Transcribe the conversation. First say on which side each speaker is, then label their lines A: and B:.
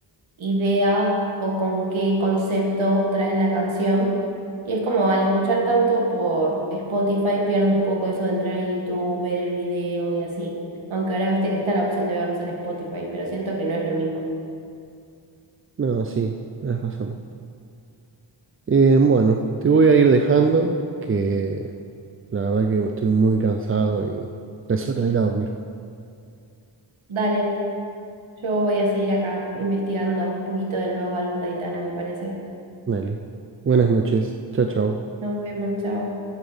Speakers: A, on the right; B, on the right.
A: idea o con qué concepto traen la canción. Y es como al escuchar tanto por Spotify pierdo un poco eso de entrar a YouTube, ver el video y así. Aunque ahora viste que está la opción de verlos en Spotify, pero siento que no es lo mismo.
B: No, sí, tienes razón. Eh, bueno, te voy a ir dejando, que la verdad que estoy muy cansado y es hora de ir a dormir.
A: Dale, yo voy a seguir acá investigando un poquito del nuevo álbum de Aitana, me parece.
B: Dale. Buenas noches. Chao, chao.
A: Nos vemos, chao.